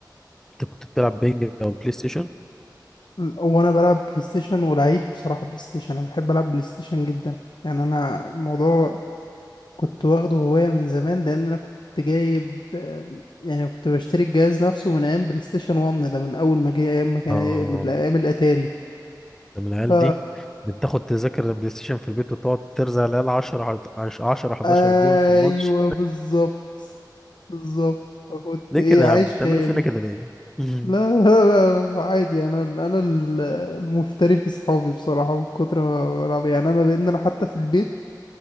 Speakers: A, in the centre; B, on the left.
A: انت كنت بتلعب بنج او بلاي ستيشن
B: هو انا بلعب بلاي ستيشن ولعيب بصراحة بلاي ستيشن انا بحب العب بلاي ستيشن جدا يعني انا الموضوع كنت واخده هواية من زمان لأن أنا كنت جايب آم، يعني كنت بشتري الجهاز نفسه من أيام بلاي ستيشن 1 ده من أول ما جه أيام ما كان
A: اه
B: من أيام الأتاري
A: انت من العيال
B: ف
A: دي اللي بتاخد تذاكر البلاي ستيشن في البيت وتقعد ترزع العيال 10 10 11
B: أيوه
A: جول في الماتش <laughs>
B: بالظبط بالظبط فكنت
A: ليه
B: إيه
A: كده
B: عايش
A: يا عم بتعملوا
B: خيالي
A: فينا كده ليه <laughs> مم.
B: لا لا لا لا، عادي أنا ال- أنا ال- المفتري في صحابي بصراحة من كتر ما بلعب يعني أنا لأن أنا حتى في البيت